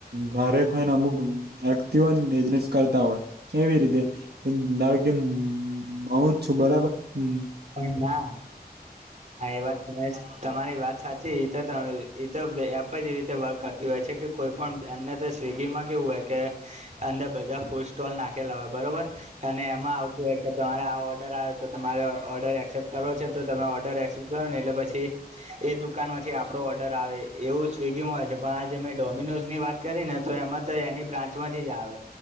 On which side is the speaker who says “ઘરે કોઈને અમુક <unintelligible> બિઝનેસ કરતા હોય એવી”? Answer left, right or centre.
Right